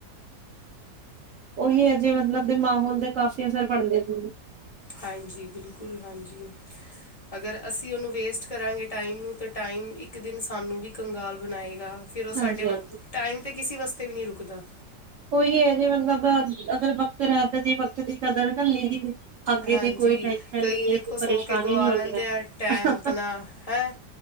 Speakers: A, on the right (about 65°); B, on the left (about 25°).
A: ਉਹੀਓ ਅਜੇ ਮਤਲਬ ਦੇ ਮਾਹੌਲ ਤੇ ਕਾਫੀ ਅਸਰ ਪਣਦੇ ਸੀ।
B: ਹਾਂਜੀ, ਬਿਲਕੁਲ, ਹਾਂਜੀ। ਅਗਰ ਅਸੀਂ ਉਹਨੂੰ ਵੇਸਟ ਕਰਾਂਗੇ ਟਾਈਮ ਨੂੰ, ਤਾਂ ਟਾਈਮ ਇੱਕ ਦਿਨ ਸਾਨੂੰ ਵੀ ਕੰਗਾਲ ਬਣਾਏਗਾ। ਫੇਰ ਉਹ
A: ਹਾਂਜੀ
B: ਸਾਡੇ
A: ਹਾਂਜੀ
B: ਟਾਈਮ ਤੇ ਕਿਸੇ ਵਾਸਤੇ ਤੇ ਨਹੀਂ ਰੁਕਦਾ।
A: ਉਹੀ ਹੈ। ਜੇ ਮਤਲਬ ਅਗਰ ਵਕਤ ਰਹੇ ਤਾਂ ਜੇ ਵਕਤ ਦੀ ਕਦਰ ਕਰ ਲਈ ਦੀ ਅੱਗੇ
B: ਹਾਂਜੀ,
A: ਦੀ ਕੋਈ ਟੈਨਸ਼ਨ
B: ਕਈ
A: ਨੀ
B: ਦੇਖੋ ਸੋ
A: ਪਰੇਸ਼ਾਨੀ
B: ਕੇ ਗਵਾ
A: ਨੀ ਹੋਣੀ
B: ਲੈਂਦੇ ਆ, ਟੈਮ
A: ਹੈ
B: ਆਪਣਾ ਹੈਂ